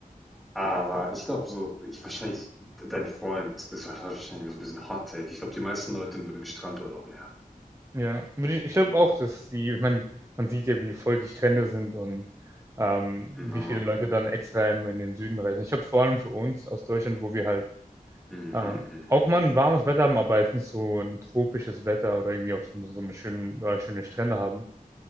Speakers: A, in the centre; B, on the right.
A: Aber ich glaube so, ich wahrscheinlich, dein Freund, das war wahrscheinlich so ein bisschen Hot Take. Ich glaube, die meisten Leute mögen Strandurlaub mehr.
B: Ja, Würde ich, ich glaube auch, dass die, ich meine, man sieht ja, wie voll die Strände sind und ähm,
A: Na,
B: wie viele Leute dann extra in, in den Süden reisen. Ich habe vor allem für uns aus Deutschland, wo wir halt
A: hm, hm,
B: ähm,
A: hm,
B: auch
A: hm,
B: mal
A: hm. hm.
B: ein warmes Wetter haben, aber jetzt nicht so ein tropisches Wetter oder irgendwie auch so, so eine schöne, oder schöne Strände haben.